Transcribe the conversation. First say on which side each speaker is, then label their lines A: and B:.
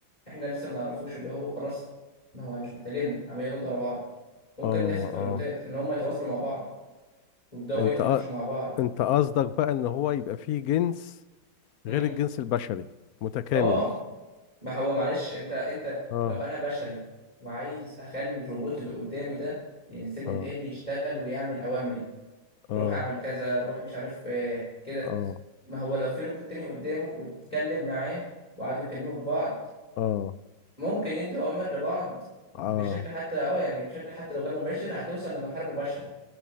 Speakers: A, on the left; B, on the left.
A: احنا لسه ما نعرفوش اللي هو خلاص ما هو مش محتاجين عمال يردوا على بعض ممكن
B: اه
A: ده يحصل في الروبوتات
B: اه
A: ان هم يتواصلوا مع بعض ويبداوا
B: انت
A: يتناقشوا
B: آه،
A: مع بعض
B: انت قصدك بقى ان هو يبقى فيه جنس
A: امم
B: غير الجنس البشري متكامل
A: اه ما هو معلش انت انت
B: اه
A: لو انا بشري وعايز اخلي الروبوت اللي قدامي ده الانسان
B: اه
A: الالي يشتغل ويعمل اوامري
B: اه
A: روح اعمل كذا روح مش عارف آه، كده
B: اه
A: ما هو لو في روبوت تاني قدامه واتكلم معاه وقعدوا يكلموا في بعض
B: اه
A: ممكن يدوا اوامر لبعض بشكل
B: اه
A: حتى اه يعني بشكل حتى لو غير مباشر هتوصل لمرحله مباشره